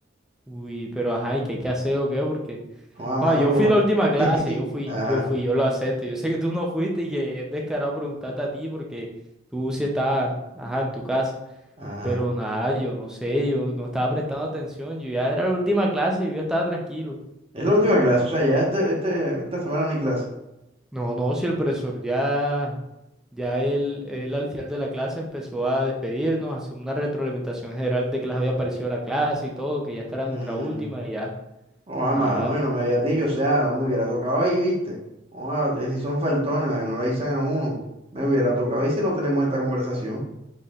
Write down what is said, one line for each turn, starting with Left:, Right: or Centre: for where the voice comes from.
Centre: Uy, pero ajá, ¿y qué hay que hacer o qué? Porque,
Right: Juan,
Centre: ah,
Right: mano,
Centre: yo
Right: pero...
Centre: fui la última clase,
Right: <laughs>
Centre: yo fui,
Right: Ajá,
Centre: yo fui, yo lo acepto. Yo sé que tú no fuiste y que es descarado preguntarte a ti porque tú sí estabas, ajá, en tu casa.
Right: ajá.
Centre: Pero nada, yo no sé, yo no estaba prestando atención. Yo ya era la última clase y yo ya estaba tranquilo.
Right: Es la última clase, o sea, ya este, este, esta semana no hay clase.
Centre: No, no, si el profesor ya. Ya él, él al final de la clase empezó a despedirnos, a hacer una retroalimentación general de que les había parecido la clase y todo, que ya esta era
Right: Mm.
Centre: nuestra última y ya,
Right: Oh, ah, mano,
Centre: nada.
Right: y no me habías dicho, o sea, me hubiera tocado ahí, ¿viste? Oh, ah, ustedes sí son faltones, vale, no la avisan a uno. Me hubiera tocado ahí
Centre: Mm.
Right: si no tenemos esta conversación.